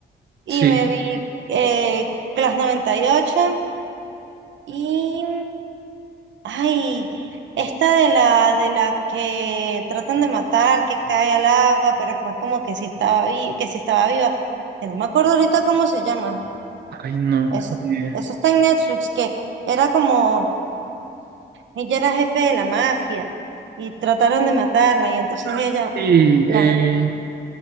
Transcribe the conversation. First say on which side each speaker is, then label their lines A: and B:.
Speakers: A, on the right; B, on the right.
A: y
B: Sí,
A: me vi eh, Class noventa y ocho y Ay, esta de la de la que tratan de matar, que cae al agua, pero después como que sí estaba vi- que sí estaba viva. Que no me acuerdo ahorita cómo se llama.
B: ay no.
A: Eso,
B: ni idea.
A: eso está en Netflix, que era como ella era jefe de la mafia y trataron de matarla y entonces ella
B: Sí,
A: la,
B: eh,